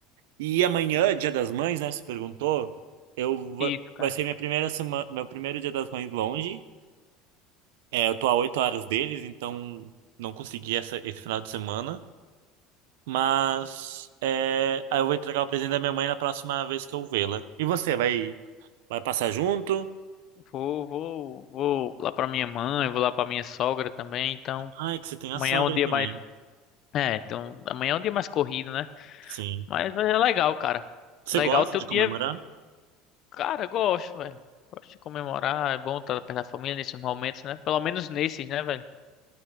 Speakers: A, on the right (about 85°); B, on the left (about 50°).
A: E amanhã, Dia das Mães, né? Você perguntou. Eu va-
B: Isso, cara.
A: vai ser minha primeira semana, meu primeiro Dia das Mães longe. É, eu tô a 8 horas deles, então não consegui essa, esse final de semana. Mas é, aí eu vou entregar o presente da minha mãe na próxima vez que eu vê-la. E você, vai, vai passar junto?
B: Vou, vou, vou lá pra minha mãe, vou lá pra minha sogra também, então.
A: Ai, que você tem a
B: Amanhã
A: sogra
B: é um dia
A: também.
B: mais. É, então, amanhã é um dia mais corrido, né?
A: Sim.
B: Mas, mas é legal, cara.
A: Você
B: Legal,
A: gosta
B: teu
A: de
B: dia
A: comemorar?
B: Cara, eu gosto, velho. Gosto de comemorar. É bom estar perto da família nesses momentos, né? Pelo menos nesses, né, velho?